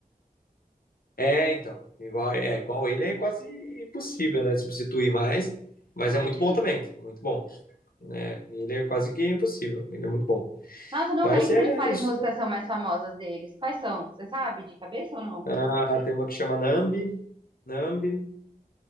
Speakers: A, on the left; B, on the right.
A: É, então. Igual, é, igual ele é quase impossível, né? Substituir mais. Mas
B: Ah,
A: é muito
B: difícil.
A: bom também. Muito bom. né ele é quase que impossível. Ele é muito bom.
B: Nossa, eu não
A: Mas
B: lembro
A: é
B: de quais
A: isso.
B: músicas são mais famosas deles. Quais são? Você sabe de cabeça ou não?
A: Ah, tem uma que chama Nambi. Nambi.